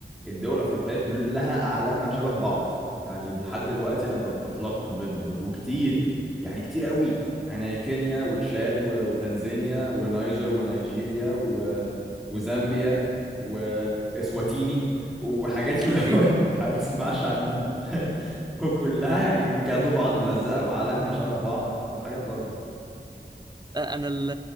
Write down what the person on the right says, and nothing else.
صوتيني
آه، انا ال...